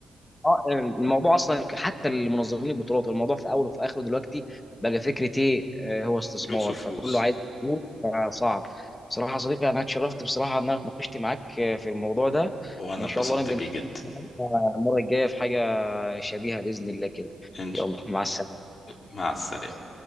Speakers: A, on the left; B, on the left.
A: اه الموضوع اصلا حتى المنظمين البطولات الموضوع في اوله وفي اخره دلوقتي بقى فكره ايه آه، هو استثمار
B: فلوس وفلوس
A: فكله عايز فلوس فصعب بصراحه يا صديقي انا اتشرفت بصراحه ان انا اتناقشت معاك آه، في الموضوع ده
B: وانا
A: وان
B: اتبسطت
A: شاء الله نبقى
B: بيه
A: نتكلم
B: جدا
A: المره الجايه في حاجه شبيهه باذن الله كده
B: إن-
A: يلا مع السلامه
B: مع السلامه